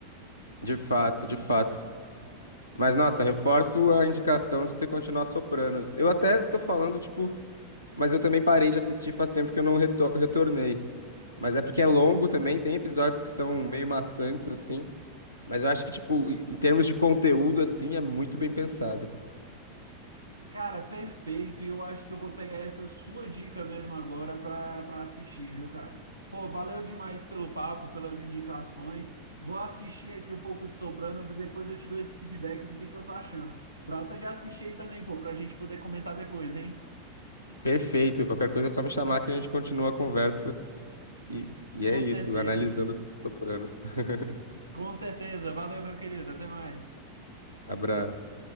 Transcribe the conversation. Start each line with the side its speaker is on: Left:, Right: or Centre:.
Left: De fato, de fato. Mas nossa, reforço a indicação de você continuar Sopranos. Eu até tô falando, tipo, mas eu também parei de assistir faz tempo que eu não reto- retornei. Mas é porque é longo também, tem episódios que são meio maçantes, assim. Mas eu acho que, tipo, em termos de conteúdo, assim, é muito bem pensado.
Right: Cara, perfeito. E eu acho que eu vou pegar essa sua dica mesmo agora para para assistir, viu, cara? Pô, valeu demais pelo papo, pelas indicações. Vou assistir aqui um pouco de Sopranos e depois eu te dou esse feedback do que que eu tô achando. Trata de assistir aí também, pô, pra gente poder comentar depois, hein?
Left: Perfeito, qualquer coisa é só me chamar que a gente continua a conversa E, e é
Right: Com
Left: isso,
Right: certeza.
Left: analisando os Sopranos. <laughs>
Right: Com certeza. Valeu, meu querido. Até mais.
Left: Abraço.